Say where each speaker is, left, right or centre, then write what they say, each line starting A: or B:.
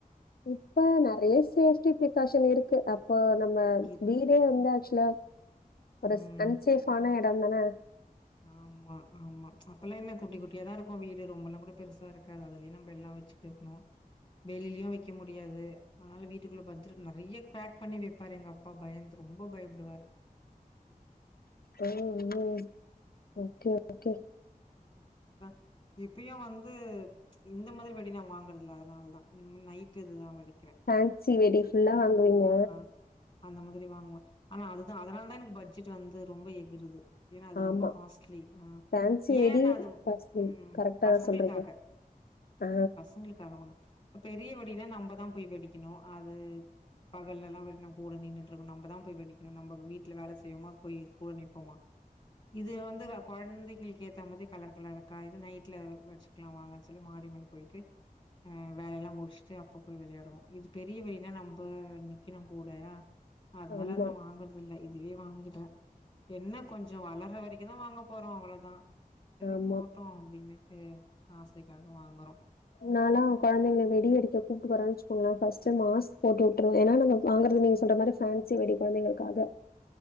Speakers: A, on the left; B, on the left.
A: இப்ப நெறைய சேஃப்டி பிரிகாஷன் இருக்கு அப்போ நம்ம
B: இருக்கு
A: வீடே வந்தாச்சுல ஒரு
B: ம்
A: அன்சேஃபான இடோன் தானே <inaudible>
B: ஆமா ஆமா அப்பல்லாம் என்ன குட்டி குட்டியாதான் இருக்கும் வீடு ரொம்ப எல்லாம் கூட பெருசா இருக்காது அதுலயும் நம்ம எல்லாம் வச்சுட்டு இருக்குணும் வெளிலயும் வைக்க முடியாது அதனால வீட்டுக்குள்ள பத்திர நிறைய பேக் பண்ணி வைப்பாரு எங்க அப்பா பயந்து ரொம்ப பயப்படுவாரு
A: உஹம் உம் ஓக்கே ஓக்கே
B: உம் அதான் இப்பயும் வந்து ச்சு இந்த மாதிரி வெடி நான் வாங்கறதில்ல அதனால தான் இந்த நைட் இதுதா வெடி
A: பேன்சி வெடி ஃபுல்லா வாங்குவீங்க
B: ஆ அந்த மாதிரி வாங்குவேன் ஆனா அதுதான் அதனால தான் எனக்கு பட்ஜெட் வந்து ரொம்ப எகுருது ஏன்னா அது
A: ஆமா.
B: ரொம்ப காச்ட் அப்புடியா
A: ஃபேன்சி வெடி
B: ஏன்னா அது உ
A: காஸ்ட்லி.
B: ஹ்ம்
A: கரெக்ட்டா
B: பசங்களுக்காக
A: தான் சொல்றீங்க. ஆ
B: பசங்களுக்காக வாங்குன அப்ப பெரியவெடி ஏன்னா நம்ம தான் போய் படிக்கணும் அது பகல்ல எல்லாம் வந்து கூட நின்னுட்டுருக்கணும் நம்ப தான் போய் வெடிக்கணும் நம்ப வீட்ல வேலை செய்யவோமா போய் கூட நிப்போமா இது வந்து அது குழந்தைங்களுக்கு ஏத்த மாதிரி கலர் கலர் இருக்கா இது நைட்ல வெடிச்சுக்கலாம் வாங்கன்னு சொல்லி மாடி மேல போயிட்டு ஹ்ம் வேல எல்லாம் முடிச்சுட்டு அப்ப போய் விளையாடுவோம் இது பெரிய வெடினா நம்ம நிக்கணும் கூட அதனால
A: ஆமா,
B: அது நானன வாங்கறதில்ல இதே வாங்கிடேன் என்ன கொஞ்சோ வளர வரைக்கும் இதான் வாங்க போறோம் அவ்ளதான் சரி
A: ஆமா.
B: போட்டோம் அப்டின்னுட்டு ஆசைக்காக வாங்குறோம்
A: நனாலாம் கெழந்தைங்க வெடி அடிக்க கூப்பிட்டு போறோங்க வச்சுக்கோங்களே ஃபர்ஸ்ட் மாஸ்க் போட்டு விட்ருவேன் ஏன்னா நாங்க வாங்கறது நீங்க சொல்ற மாரி பென்சி வெடி குழந்தைகளுக்காக